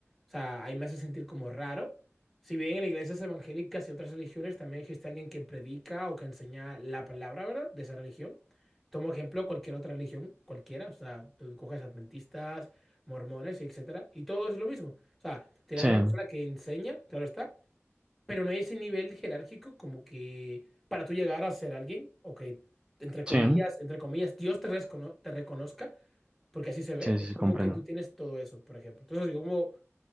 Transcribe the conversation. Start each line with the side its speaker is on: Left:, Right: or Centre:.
Centre: O sea, ahí me hace sentir como raro. Si bien en iglesias evangélicas y otras religiones también existe alguien que predica o que enseña la palabra, ¿verdad? De esa religión. Tomo ejemplo cualquier otra religión, cualquiera. O sea, tú coges adventistas, mormones, etcétera. Y todo es lo mismo. O sea, tienen
Right: Sí.
Centre: una persona que enseña, claro está pero no hay ese nivel jerárquico como que para tú llegar a ser alguien o que, entre comillas,
Right: Sí.
Centre: entre comillas, Dios te, recono- te reconozca, porque así se ve,
Right: Sí,
Centre: es
Right: sí, sí,
Centre: como
Right: comprendo.
Centre: que tú tienes todo eso, por ejemplo. Entonces, yo como